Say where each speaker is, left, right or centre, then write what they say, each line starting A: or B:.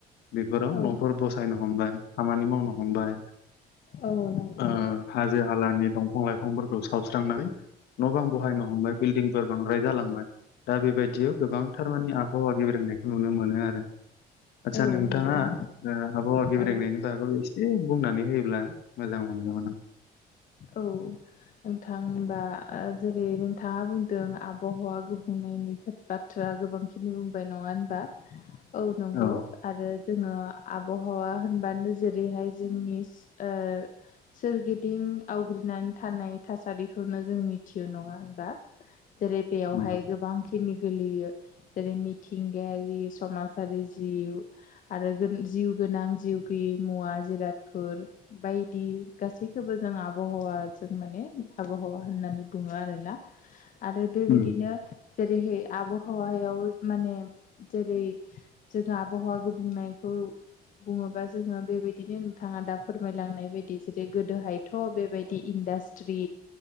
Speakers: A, on the left; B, on the left.
A: बेफोराव
B: औ
A: न'फोर बसायनो हमबाय खामानि मावनो हमबाय
B: औ नंगौ
A: ओ
B: नोंथां।
A: हाजो हालानि दंफां लाइफांफोरखौ सावस्रांनानै न' बां बहायनो हमबाय बिल्डिंफोर बांद्राय जालांबाय दा बेबायदियाव गोबांथारमानि आबहावा गेब्रेंनायखौ नुनो मोनो आरो। आदसा
B: नोंथां
A: नोंथाङा ओ आबहावा गेब्रेंनायनि
B: औ
A: बागाव एसे बुंनानै होयोब्ला मोजां मोनगौमोन आं।
B: औ नोंथांबा ओ जेरै नोंथाङा बुंदों आबहावा गुबुंनायनि बाथ्रा गोबांखिनि बुंबाय नङा होनबा औ नंगौ
A: औ
B: आरो जोङो आबहावा होनबानो जेरैहाय जोंनि ओ सोरगिदिं आवग्रिनानै थानाय थासारिखौनो जों मिथियो नङा होनबा जेरै बेयावहाय
A: नंगौ
B: गोबां खिनि गोलैयो जेरै मिथिंगायारि समाजारि जिउ आरो गोन जिउ गोनां जिउ गैय मुवा जिरादफोर बायदि गासैखौबो जों आबहावा बा जों माने आबहावा होननानै बुङो आरोना आरो बेबायदिनो
A: उम
B: जेरैहाय आबहावायाव माने जेरै जोङो आबहावा गुबुंनायखौ बुङोबा जोङो बेबायदिनो नोंथाङा दा फोरमायलांनाय बायदि जेरै गोदोहायथ' बेबायदि इन्डास जुदि